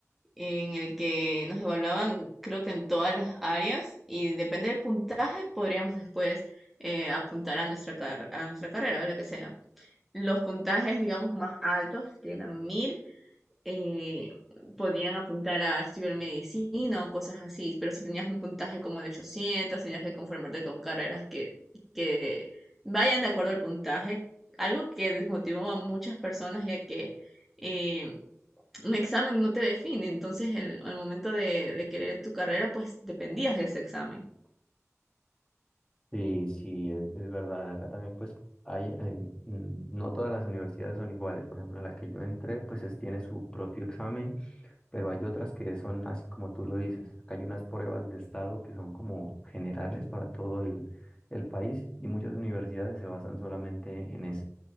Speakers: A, in the centre; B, on the left (about 20°).
A: en el que nos evaluaban, creo que en todas las áreas, y depende del puntaje, podríamos después eh, apuntar a nuestra, car- a nuestra carrera, a la que sea. Los puntajes, digamos, más altos, que eran mil, eh, podían apuntar a estudiar medicina o cosas así, pero si tenías un puntaje como de 800 tenías que conformarte con carreras que, que vayan de acuerdo al puntaje, algo que desmotivó a muchas personas, ya que... eh, un examen no te define, entonces el- al momento de, de querer tu carrera, pues dependías de ese examen.
B: sí, sí, es, es verdad. Acá también pues hay, hay, mm, no todas las universidades son iguales. Por ejemplo, la que yo entré pues es- tiene su propio examen pero hay otras que son así como tú lo dices. Acá hay unas pruebas de estado que son como generales para todo el, el país y muchas universidades se basan solamente en eso.